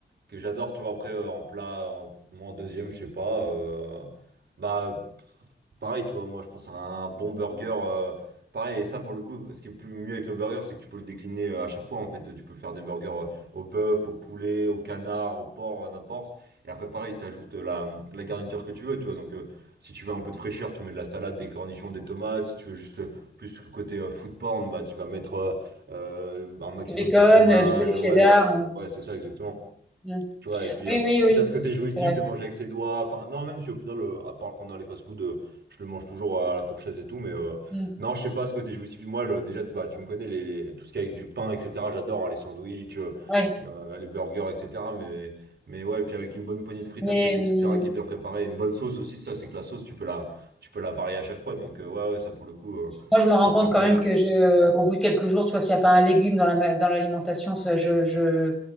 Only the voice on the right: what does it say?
que j'adore. Tu vois, après, euh, en plat, en- moi, en deuxième, je sais pas. euh, bah, pff, Pareil, tu vois, moi je pense à un bon burger. euh, pareil, et ça pour le coup, ce qui est plus mieux avec le burger, c'est que tu peux le décliner euh, à chaque fois. En fait, tu peux faire des burgers euh, au bœuf, au poulet, au canard, au porc, à n'importe. Et après, pareil, t'ajoutes la, la garniture que tu veux, tu vois. Donc, euh, si tu veux un peu de fraîcheur, tu mets de la salade, des cornichons, des tomates. Si tu veux juste euh, plus que côté euh, food porn, bah, tu vas mettre euh, euh, un maximum
de fromage.
Ouais, euh,
ouais, c'est ça, exactement.
Tu vois, et puis,
euh,
puis
t'as ce côté jouissif
de manger avec ses doigts. Enfin, non, même si au final, euh, à part quand dans les fast-food, euh, je le mange toujours à la fourchette et tout, mais euh,
non, je sais pas ce côté jouissif. Moi, le- déjà, bah, tu me connais, les, les- tout ce qui est avec du pain, etc. J'adore hein, les sandwichs, euh,
euh, les burgers, etc. Mais, mais ouais, et puis avec une bonne poignée de frites
à côté, etc., qui est bien préparée, une bonne sauce aussi, ça, c'est que la sauce, tu peux la, tu peux la varier à chaque fois. Donc, euh, ouais, ouais, ça, pour le coup, euh,
peut
te faire
plaisir.